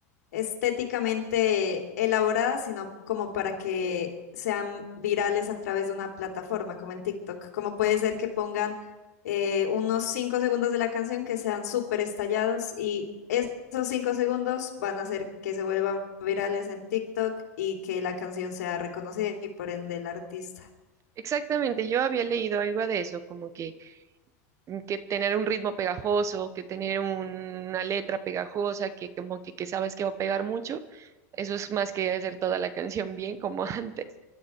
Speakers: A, on the left; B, on the right.
A: estéticamente elaboradas, sino como para que sean virales a través de una plataforma, como en TikTok. Como puede ser que pongan eh, unos cinco segundos de la canción que sean súper estallados y esos cinco segundos van a hacer que se vuelvan virales en TikTok y que la canción sea reconocida y por ende el artista.
B: Exactamente, yo había leído algo de eso, como que mm, que tener un ritmo pegajoso, que tener una letra pegajosa, que como que, que sabes que va a pegar mucho, eso es más que hacer toda la canción bien como <laughs> antes.